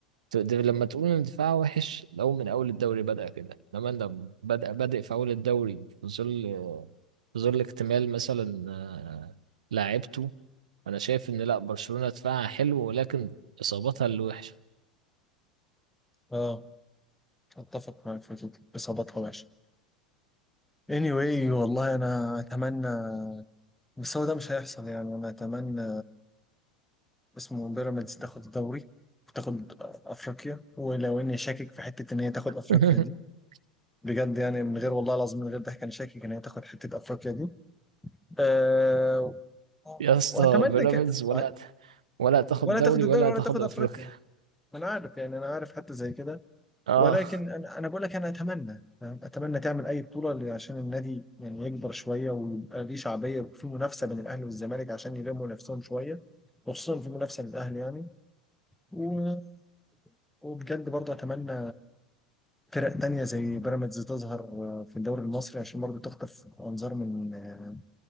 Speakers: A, on the right (about 70°); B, in the centre.
A: ت- ده لما تقول ان دفاع وحش لو من أول الدوري بدأ كده لما انت بدأ بادئ في أول الدوري في ظل في ظل اكتمال مثلا آه، لاعيبته أنا شايف إن لأ برشلونة دفاعها حلو ولكن إصاباتها اللي وحشة
B: اه اتفق معاك في الفكرة اصابتها وحشه anyway والله انا اتمنى بس هو ده مش هيحصل يعني انا اتمنى اسمه بيراميدز تاخد الدوري وتاخد افريقيا ولو اني شاكك في حته ان هي تاخد افريقيا
A: <laughs>
B: دي بجد يعني من غير والله العظيم من غير ضحك انا شاكك ان هي تاخد حته افريقيا دي أه اه
A: يا اسطى
B: واتمنى
A: بيراميدز
B: كده
A: ولا
B: وأت-
A: هت... ولا هتاخد
B: ولا
A: دوري
B: تاخد الدوري
A: ولا هتاخد
B: ولا تاخد
A: افريقيا
B: افريقيا ما انا عارف يعني انا عارف حتى زي كده
A: اه
B: ولكن انا انا بقول لك انا اتمنى أنا اتمنى تعمل اي بطوله ل- عشان النادي يعني يكبر شويه ويبقى ليه شعبيه وفي منافسه بين الاهلي والزمالك عشان يلموا نفسهم شويه وخصوصا في منافسه للاهلي يعني و... وبجد برضه اتمنى فرق تانية زي بيراميدز تظهر آه، في الدوري المصري عشان برضه تخطف أنظار من آه،